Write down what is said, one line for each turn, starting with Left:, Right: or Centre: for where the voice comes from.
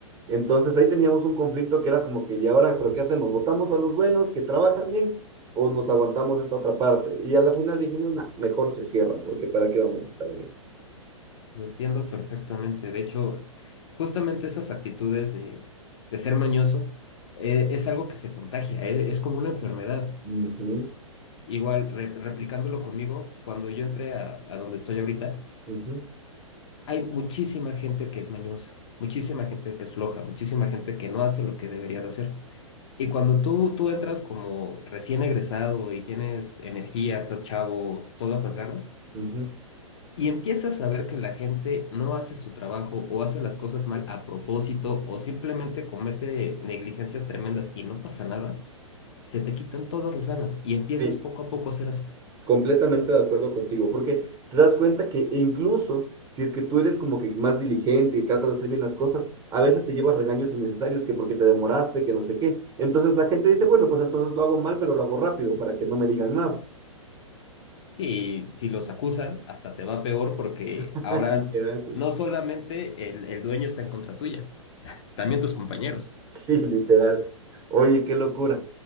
Right: Entonces ahí teníamos un conflicto que era como que, ¿y ahora, pero qué hacemos? ¿Votamos a los buenos que trabajan bien o nos aguantamos esta otra parte? Y a la final dijimos, no, mejor se cierra, porque ¿para qué vamos a estar en eso?
Left: Lo entiendo perfectamente. De hecho, justamente esas actitudes de, de ser mañoso eh, es algo que se contagia, eh, es como una enfermedad.
Right: Ujú,
Left: Igual, re- replicándolo conmigo, cuando yo entré a, a donde estoy ahorita,
Right: ujú,
Left: hay muchísima gente que es mañosa, muchísima gente que es floja, muchísima gente que no hace lo que debería de hacer. Y cuando tú, tú entras como recién egresado y tienes energía, estás chavo, todas las ganas,
Right: ujú.
Left: y empiezas a ver que la gente no hace su trabajo o hace las cosas mal a propósito o simplemente comete negligencias tremendas y no pasa nada, se te quitan todas las ganas y empiezas
Right: Sí,
Left: poco a poco a ser así.
Right: Completamente de acuerdo contigo, porque te das cuenta que incluso si es que tú eres como que más diligente y tratas de hacer bien las cosas, a veces te llevas regaños innecesarios que porque te demoraste, que no sé qué. Entonces la gente dice, bueno, pues entonces lo hago mal, pero lo hago rápido para que no me digan nada.
Left: Y si los acusas, hasta te va peor porque
Right: <laughs>
Left: ahora
Right: Literal.
Left: no solamente el, el dueño está en contra tuya, también tus compañeros.
Right: Sí, literal. Oye, qué locura.